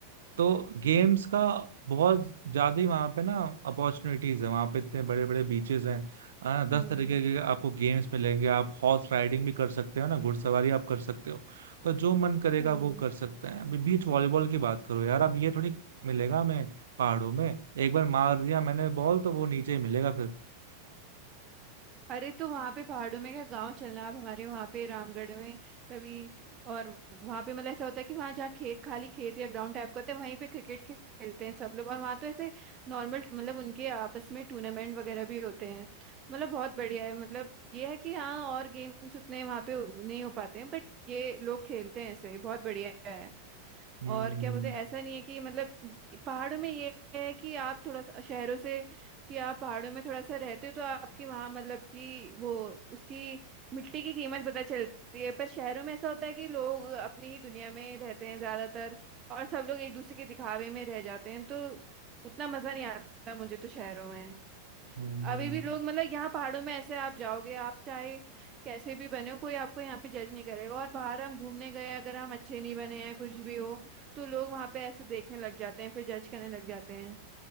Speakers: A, on the right; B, on the right.
A: तो गेम्स का बहुत ज्यादा ही वहां पे ना अपॉर्चुनिटीज है वहां पे इतने बड़े बड़े बीचेस हैं आ, दस
B: हम्म
A: तरीके के आपको गेम्स मिलेंगे आप हॉर्स राइडिंग भी कर सकते हो ना घुड़सवारी आप कर सकते हो तो जो मन करेगा
B: हम्म
A: वो कर सकते हैं अभी बीच वॉलीबॉल की बात करो यार अब ये थोड़ी मिलेगा मैं पहाड़ों में एक बार मार दिया मैंने बॉल तो वो नीचे ही मिलेगा फिर
B: अरे तो वहां पे पहाड़ों में क्या गांव चलना आप हमारे वहां पे रामगढ़ में कभी और वहां पे मतलब ऐसा होता है कि वहां जहाँ खेत खाली खेत या ग्राउंड टाइप का होता है वहीं पे क्रिकेट खे- खेलते हैं सब लोग और वहां तो ऐसे नॉर्मल मतलब उनके आपस में टूर्नामेंट वगैरह भी होते हैं मतलब बहुत बढ़िया है मतलब ये है कि हाँ और गेम्स उतने वहां पे नहीं हो पाते हैं बट ये लोग खेलते हैं ऐसे बहुत बढ़िया है
A: हम्म
B: और क्या बोलते हैं ऐसा नहीं है कि मतलब पहाड़ों में ये है कि आप थोड़ा सा शहरों से कि आप पहाड़ों में थोड़ा सा रहते हो तो आपकी वहाँ मतलब कि वो उसकी मिट्टी की कीमत पता चलती है पर शहरों में ऐसा होता है कि लोग अपनी ही दुनिया में रहते हैं ज्यादातर और सब लोग एक दूसरे के दिखावे में रह जाते हैं तो उतना मजा नहीं आता मुझे तो शहरों में
A: हम्म
B: अभी भी लोग मतलब यहाँ पहाड़ों में ऐसे आप जाओगे आप चाहे कैसे भी बने हो कोई आपको यहाँ पे जज नहीं करेगा और बाहर हम घूमने गए अगर हम अच्छे नहीं बने हैं कुछ भी हो तो लोग वहाँ पे ऐसे देखने लग जाते हैं फिर जज करने लग जाते हैं